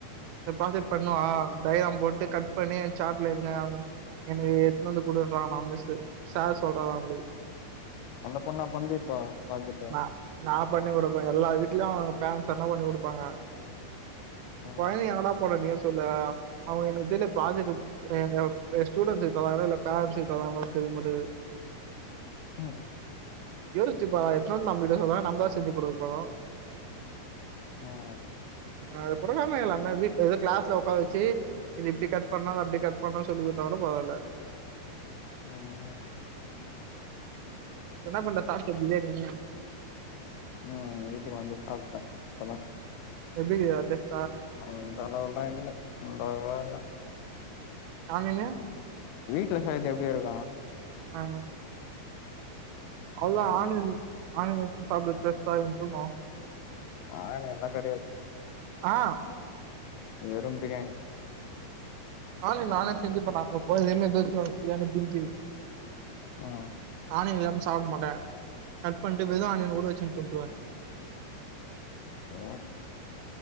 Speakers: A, on the right; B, on the left.
A: இந்த ப்ராஜெட் பண்ணுவா டைக்ராம் போட்டு க ட் பண்ணி எ சாட்ல <unintelligible> எனக்கு எத்ன் வந்து குடுன்ரங்கலா அவுங் மிஸ்ஸு சார் சொல்றாரா அப்பிடி
B: அந்த பொண்ணா பண்து இப்ப ப்ராஜெக்ட்டு
A: நா நா பண்ணி குடுப்ப எல்லா வீட்ல்யு பேரன்ஸ் தான பண்ணி குடுப்பாங்க
B: ம்
A: கொழந்திங்க எங்கடா பண்ணு நீயே சொல்லு அ அவுங்க எனக்கு தெர்ல ப்ராஜெக்ட்டு அ அ ஸ்டூடென்ஸ்சு இப்ப வரல பேரண்ட்ஸு இப்ப வர்லா தெரிய மாடிகுது
B: ம்
A: எருச்சிப்பா எட்னு வந் நம்ப கிட்ட சொன்னா நம்ப செஞ்சி குடுக்க போரோ
B: ம்
A: அது கூடதான எல்லாமே வீட்ல இல் கிளாஸ்ல உக்கார வெச்சு இது இப்டி கட் பண்ணு அது அப்டி கட் பண்ணு சொல்லி குடுத்தா கூட பரவால
B: ம்
A: என்ன பண்ற சாப்ட்டியா பிரியாணி
B: ம் வீட்டுகு வந்து சாப்ட்ட இப்பதா
A: எப்டி இக்து டேஸ்ட்
B: அந்த அளவல்லா இல்ல அவ்ளோவா இல்ல
A: ஆ நீங்க
B: வீட்ல செய்றது எப்டி இருக்கு
A: ஆ அவ்ளோ
B: ம்
A: ஆனியன் ஆனியன் வெச்சு சாப்டத் டேஸ்ட்டா இருக்குனு
B: ஆனியன்லா கடயாத்
A: ஆ
B: வெறும் பிரியாணி
A: ஆனியன் நானே செஞ்சுப்பனா அப்ப அப்ப இதே மாரி எதாசு பிரியாணி ப்பிரிட்ஜி
B: ம்
A: ஆனியன் இல்லாம சாப்ட மாட்ட கட் பண்டு வெறு ஆனியன்கூட வெச்சுன் துன்ருவ
B: ஓ